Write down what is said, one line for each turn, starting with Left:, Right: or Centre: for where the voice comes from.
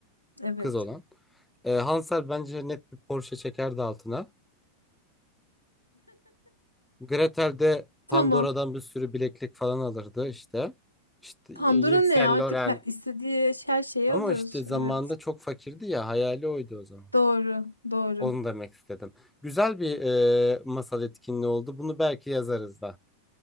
Left: Evet.
Centre: kız olan. Ee, Hansel bence net bir Porsche çekerdi altına. Gretel de
Left: Tamam.
Centre: Pandora'dan bir sürü bileklik falan alırdı işte. İşte y-
Left: Pandora
Centre: Yves
Left: ne?
Centre: Saint
Left: Artık
Centre: Laurent.
Left: her, istediği her şeyi
Centre: Ama
Left: alır.
Centre: işte zamanında
Left: Evet.
Centre: çok fakirdi ya hayali oydu o zaman.
Left: Doğru. Doğru.
Centre: Onu demek istedim. Güzel bir e, masal etkinliği oldu. Bunu belki yazarız da.